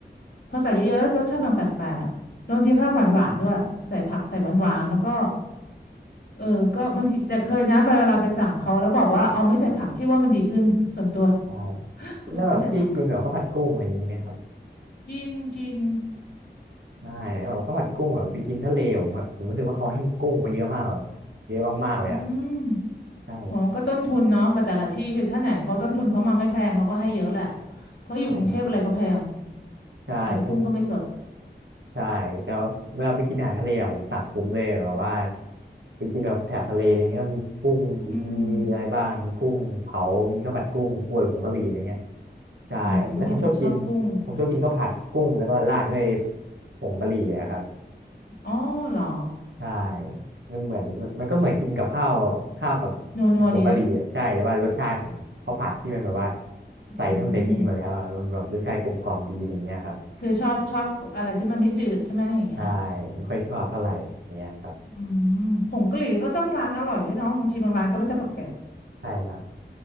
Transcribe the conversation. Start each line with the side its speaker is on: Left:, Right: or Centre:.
Left: พอใส่เยอะๆแล้วรสชาติมันแปลกๆแล้วบางทีเขาทำหวานๆด้วยใส่ผักใส่หวานๆแล้วก็เออก็บางทีแต่เคยนะเวลาไปสั่งเขาแล้วบอกว่าเอาไม่ใส่ผักพี่ว่ามันดีขึ้นส่วนตัว
Right: ใช่
Left: <laughs> ข้าวผัดไม่ใส่ผัก
Right: แล้วแบบพี่กินแบบข้าวผัดกุ้งอะไรอย่างนี้ไหมครับ
Left: กินกิน
Right: ใช่แบบข้าวผัดกุ้งแบบไปกินทะเลผมผมรู้สึกว่าเขาให้กุ้งมาเยอะมากแบบเยอะมากๆเลยอ่ะ
Left: อืม
Right: ใช่
Left: โอ้ก็ต้นทุนเนาะแบบแต่ละที่คือถ้าไหนเขาต้นทุนเขามาไม่แพงเขาก็ให้เยอะแหละ เพราะอยู่กรุงเทพอะไรก็แพง
Right: ใช่ครับใช่เป็น
Left: แถมกุ้งก็ไม่สด
Right: ใช่แต่ว่าเวลาไปกินอาหารทะเลอะผมสั่งคุ้มเลยแบบว่าไปกินแบบแถบทะเลอะไรเงี้ยมีกุ้ง
Left: อืม
Right: มีอะไรบ้างมีกุ้งเผามีข้าวผัดกุ้งป่วยผงกะหรี่อะไรเงี้ยใช่แล้วผมชอบกิน
Left: อืม เป็นคนชอบกุ้ง
Right: ผมชอบกินข้าวผัดกุ้งแล้วก็ราดด้วยผงกะหรี่อะครับ
Left: อ๋อเหรอ
Right: ใช่มันเหมือนมันก็เหมือนกินกับข้าวข้าวกับผัดผงกะหรี่อะใช่แต่ว่ารสชาติของข้าวผัดที่มันแบบว่า
Left: นัวนัวดีนะ
Right: ใส่นู่นใส่นี่มาแล้วอะมันแบบรสชาติกลมกล่อมดีอย่างเงี้ยครับ
Left: อืมคือชอบชอบอะไรที่มันไม่จืดใช่ไหมอย่างเงี้ย
Right: ใช่ไม่ค่อยชอบเท่าไหร่อย่างเงี้ยครับ
Left: อืมผงกะหรี่ก็ต้องร้านอร่อยด้วยเน้องบางทีบางร้านก็รสชาติแปลก
Right: ใช่ครับ